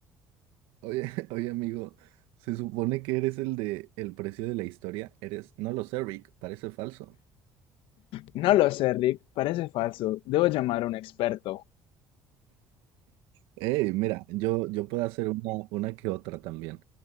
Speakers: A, on the right (about 80°); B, on the left (about 75°).
A: Oye, <laughs> oye amigo, se supone que eres el de El precio de la historia, eres, no lo sé, Rick, parece falso.
B: No lo sé, Rick. Parece falso. Debo llamar a un experto.
A: Hey, mira, yo, yo puedo hacer una, una que otra también.